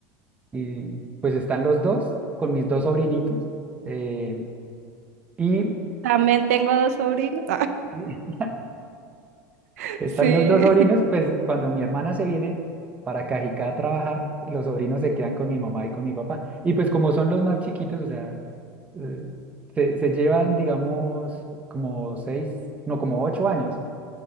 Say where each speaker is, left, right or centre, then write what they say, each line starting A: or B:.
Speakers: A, on the right; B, on the right.
A: Y pues están los dos con mis dos sobrinitos. eh, y
B: También tengo dos sobrinos.
A: <laughs>
B: <laughs>
A: están
B: Sí,
A: los dos sobrinos,
B: <laughs>
A: pues cuando mi hermana se viene para Cajicá a trabajar, los sobrinos se quedan con mi mamá y con mi papá. Y pues como son los más chiquitos, o sea, eh, se, se llevan, digamos, como seis, no, como ocho años,